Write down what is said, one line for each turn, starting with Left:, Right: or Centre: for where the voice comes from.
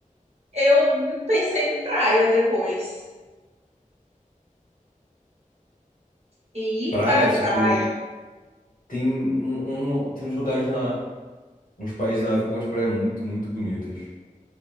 Right: Eu pensei em praia depois, em
Left: Praia,
Right: ir para a
Left: tipo,
Right: praia.
Left: tem, um, um- tem uns lugares na, uns países na África com as praias muito, muito bonitas.